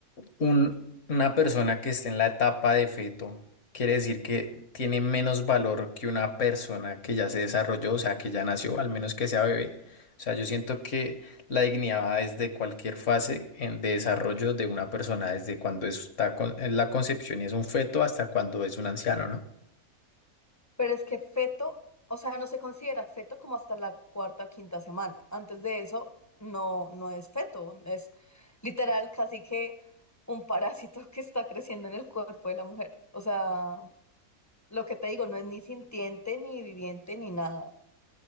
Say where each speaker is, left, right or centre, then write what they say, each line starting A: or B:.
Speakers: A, on the left; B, on the left.
A: un- una persona que esté en la etapa de feto quiere decir que tiene menos valor que una persona que ya se desarrolló, o sea, que ya nació, al menos que sea bebé. O sea, yo siento que la dignidad es de cualquier fase en- de desarrollo de una persona, desde cuando está con- en la concepción y es un feto hasta cuando es un anciano, ¿no?
B: Pero es que feto, o sea, no se considera feto como hasta la cuarta o quinta semana. Antes de eso, no, no es feto, es literal casi que un parásito <laughs> que está creciendo en el cuerpo de la mujer. O sea, lo que te digo, no es ni sintiente, ni viviente, ni nada.